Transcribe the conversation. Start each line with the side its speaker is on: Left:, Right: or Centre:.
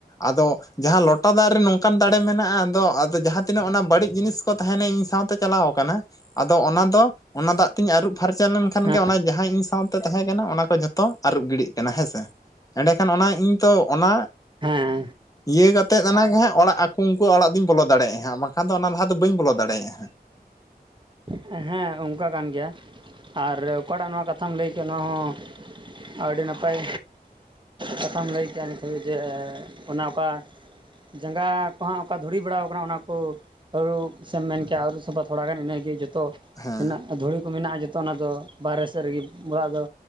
Left: ᱟᱫᱚ ᱡᱟᱦᱟᱸ ᱞᱚᱴᱟ ᱫᱟᱜ ᱨᱮ ᱱᱚᱝᱠᱟᱱ ᱫᱟᱲᱮ ᱢᱮᱱᱟᱜᱼᱟ, ᱟᱫᱚ ᱟᱫᱚ ᱡᱟᱦᱟᱸ ᱡᱟᱦᱟᱸ ᱛᱤᱱᱟᱹᱜ ᱚᱱᱟ ᱵᱟᱹᱲᱤᱡ ᱡᱤᱱᱤᱥ ᱠᱚ ᱛᱟᱦᱮᱱᱟ ᱤᱧ ᱥᱟᱶᱛᱮ ᱪᱟᱞᱟᱣ ᱟᱠᱟᱱᱟ ᱟᱫᱚ ᱚᱱᱟ ᱫᱚ ᱚᱱᱟ ᱫᱟᱜ ᱛᱤᱧ ᱟᱹᱨᱩᱵ ᱯᱷᱟᱨᱪᱟ ᱞᱮᱱ ᱠᱷᱟᱱ
Right: ᱦᱮᱸ
Left: ᱜᱮ ᱚᱱᱟ ᱡᱟᱦᱟᱸ ᱤᱧ ᱥᱟᱶᱛᱮ ᱛᱟᱦᱮᱸ ᱠᱟᱱᱟ ᱚᱱᱟ ᱠᱚ ᱡᱷᱚᱛᱚ ᱟᱹᱨᱩᱵ ᱜᱤᱰᱤᱜ ᱠᱟᱱᱟ ᱦᱮᱸ ᱥᱮ᱾ ᱮᱸᱰᱮᱠᱷᱟᱱ ᱚᱱᱟ ᱤᱧ ᱛᱚ ᱚᱱᱟ
Right: ᱦᱮᱸ
Left: ᱤᱭᱟᱹ ᱠᱟᱛᱮᱫ ᱚᱱᱟᱜᱮ ᱦᱟᱸᱜ ᱚᱲᱟᱜ ᱟᱠᱚ ᱩᱱᱠᱩᱣᱟᱜ ᱚᱲᱟᱜ ᱫᱩᱧ ᱵᱚᱞᱚ ᱫᱟᱲᱮᱭᱟᱜᱼᱟ ᱦᱟᱸᱜ ᱵᱟᱠᱷᱟᱱ ᱫᱚ ᱚᱱᱟ ᱞᱟᱦᱟ ᱫᱚ ᱵᱟᱹᱧ ᱵᱚᱞᱚ ᱫᱟᱲᱮᱭᱟᱜᱼᱟ ᱦᱟᱸᱜ ᱾ <inaudible>
Right: ᱦᱮᱸ ᱚᱝᱠᱟ ᱠᱟᱱ ᱜᱮᱭᱟ ᱟᱨ ᱚᱠᱟᱴᱟᱜ ᱱᱚᱣᱟ ᱠᱟᱛᱷᱟᱢ ᱞᱟᱹᱭ ᱠᱮᱫᱼᱟ ᱱᱚᱣᱟ ᱦᱚᱸ ᱟᱹᱰᱤ ᱱᱟᱯᱟᱭ ᱠᱟᱛᱷᱟᱢ ᱞᱟᱹᱭ ᱠᱮᱫᱼᱟ ᱱᱤᱛᱚᱜ ᱜᱮ ᱡᱮ ᱚᱱᱟ ᱚᱠᱟ ᱡᱟᱸᱜᱟ ᱠᱚ ᱦᱟᱸᱜ ᱚᱠᱟ ᱫᱷᱩᱲᱤ ᱵᱟᱲᱟᱣ ᱠᱟᱱᱟ ᱚᱱᱟ ᱠᱩ ᱟᱹᱨᱩᱵ ᱥᱮᱢ ᱢᱮᱱ ᱠᱮᱫᱼᱟ ᱟᱹᱨᱩᱵ ᱥᱟᱯᱷᱟ ᱛᱷᱚᱲᱟ ᱜᱟᱱ ᱤᱱᱟᱹᱜᱮ ᱡᱚᱛᱚ
Left: ᱦᱮᱸ
Right: ᱛᱤᱱᱟᱹᱜ ᱫᱷᱩᱲᱤ ᱠᱚ ᱢᱮᱱᱟᱜᱼᱟ ᱡᱚᱛᱚ ᱚᱱᱟᱫᱚ ᱵᱟᱨᱦᱮ ᱥᱮᱫ ᱨᱮᱜᱮ ᱚᱲᱟᱜ ᱫᱚ